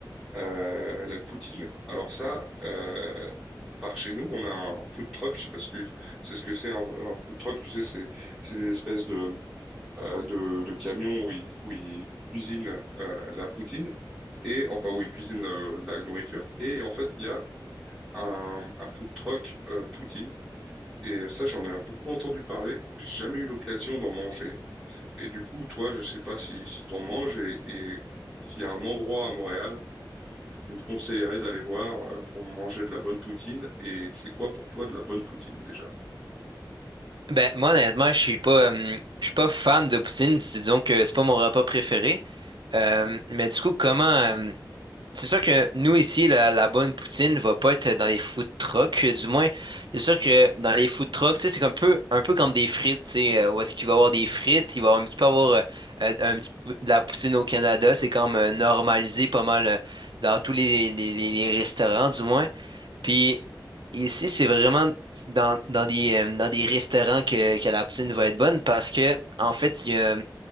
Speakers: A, in the centre; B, on the right.
A: euh, la poutine. Alors ça, euh, par chez nous, on a un food truck, je sais pas si tu sais ce que c'est un, un food truck, tu sais, c'est c'est des espèces de euh, de, de camions où ils, où ils cuisinent euh, la poutine et enfin où ils cuisinent le- la nourriture. Et en fait, il y a un, un food truck euh, poutine. Et ça, j'en ai beaucoup entendu parler. J'ai jamais eu l'occasion d'en manger. Et du coup, toi, je sais pas si, si t'en manges et, et s'il y a un endroit à Montréal que tu me conseillerais d'aller voir euh, pour manger de la bonne poutine. Et c'est quoi pour toi de la bonne poutine déjà?
B: Ben, moi, honnêtement, je suis pas, euh, je suis pas fan de poutine. Dis- Disons que c'est pas mon repas préféré. Euh, mais du coup, comment, euh, C'est sûr que nous ici, la, la bonne poutine va pas être dans les food trucks, euh, du moins. C'est sûr que dans les food trucks, tu sais, c'est un peu, un peu comme des frites, tu sais, euh, où est-ce qu'il va y avoir des frites, il va un petit peu avoir euh, euh, un petit peu de la poutine au Canada, c'est comme euh, normalisé pas mal euh, dans tous les, les, les- les restaurants, du moins. Puis ici, c'est vraiment dans, dans des, euh, dans des restaurants que, que la poutine va être bonne parce que, en fait, il y a,